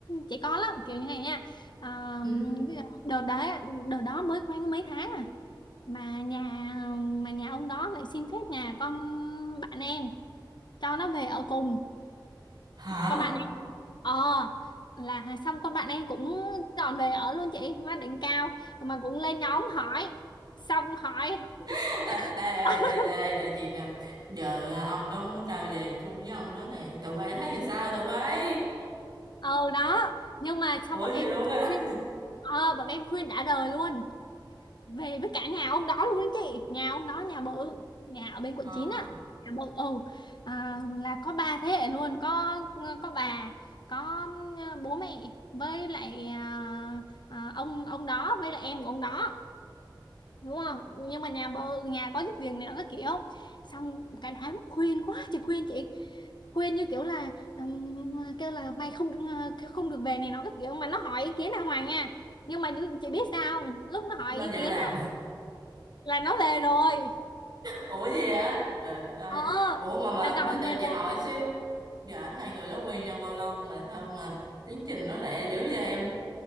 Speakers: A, on the left; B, on the right.
A: trẻ con lắm kiểu như này nha à,
B: ừ
A: bây giờ đợt đấy đợt đó mới quen có mấy tháng à mà nhà mà nhà ông đó lại xin phép nhà con bạn em cho nó về ở cùng
B: hả
A: con bạn em ờ là xong con bạn em cũng dọn về ở luôn chị má đỉnh cao mà cũng lên nhóm hỏi xong hỏi
B: <laughs>
A: <laughs>
B: ê, ê, ê, để, để, để, để chị nè giờ à, ông đó muốn tao về chung với ông đó nè tụi bay thấy thì sao tụi bay
A: ờ đó nhưng mà xong
B: ủa
A: bọn em
B: vậy luôn á
A: khuyên ờ bọn em khuyên đã đời luôn về với cả nhà ông đó luôn đó chị nhà ông đó nhà bự nhà ở bên quận
B: à,
A: 9 á nhà bự ừ à, là có ba thế hệ luôn có có bà có bố mẹ với lại à, à, ông ông đó với lại em của ông đó đúng không nhưng mà nhà bơ nhà có giúp việc này nó các kiểu xong cả đám khuyên quá chị khuyên chị khuyên như kiểu là ừm, kêu là mày không ờ, không được về này nó các kiểu mà nó hỏi ý kiến là Hoàng nha nhưng mà chị biết sao không? lúc nó hỏi
B: nó
A: ý
B: vẫn
A: kiến
B: làm
A: á là nó về rồi
B: ủa gì á trời đất ơi
A: ờ
B: ủa mà mà
A: là dọn
B: mà cho
A: về
B: chị
A: rồi
B: hỏi xíu dạ hai người đó quen nhau bao lâu mà sao mà tiến trình nó lẹ dữ vậy em